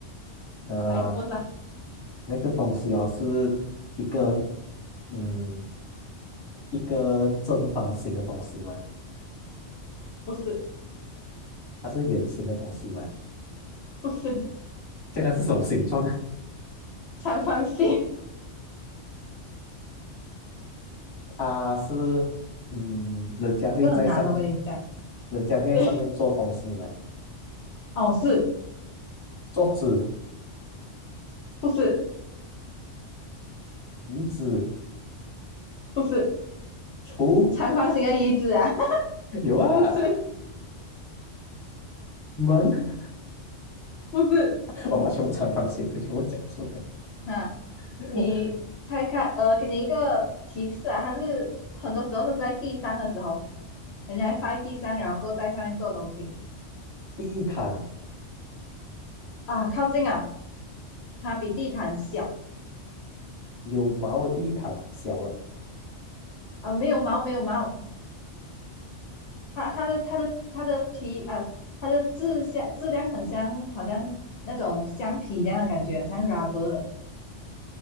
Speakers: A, on the left; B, on the left.
A: 呃，
B: 来问吧。
A: 那个东西哦是一个，嗯，一个正方形的东西嘛，
B: 不是，
A: 它是圆形的东西嘛，
B: 不是，
A: 这个是什么形状？
B: 长方形，
A: 它是嗯，人家会在上，
B: <laughs> 这个很难哦，我跟你讲。
A: 人家会在上面做东西嘛，
B: 对，哦，是，
A: 桌子、
B: 不是，
A: 椅子、
B: 不是，
A: 橱，
B: 长方形的椅子啊，<laughs>
A: 有啊，
B: 不是，
A: 门，
B: 不是，
A: <laughs> 我把全部长方形的全部讲出来。
B: 啊，
A: <laughs>
B: 你猜看，呃，给你一个提示啊，它是很多时候都是在地上的时候，人家会放在地上，然后够在上面做东西
A: 地毯
B: 啊，靠近啊，它比地毯小
A: 有毛的地毯，小的，
B: 啊，没有毛，没有毛，它它的它的它的皮啊，它的质像质量很像，好像那种橡皮一样的感觉，像 rubber，